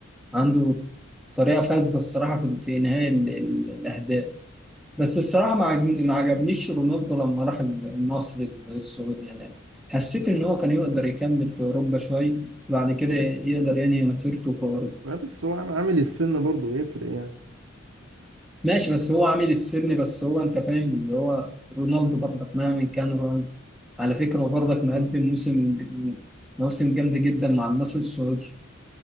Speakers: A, in the centre; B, on the right.
A: عنده طريقة فذة الصراحة في في إنهاء ال- ال- الأهداف بس الصراحة ما عجبني- ما عجبنيش رونالدو لما راح النصر السعودي يعني حسيت إن هو كان يقدر يكمل في أوروبا شوية وبعد كده يقدر ينهي مسيرته في أوروبا
B: لا بس هو عم- عامل السن برضه يفرق يعني
A: ماشي بس هو عامل السن بس هو أنت فاهم اللي هو رونالدو برضك مهما كان رونالدو على فكرة هو برضك مقدم
B: مم.
A: موسم موسم جامد جدا مع النصر السعودي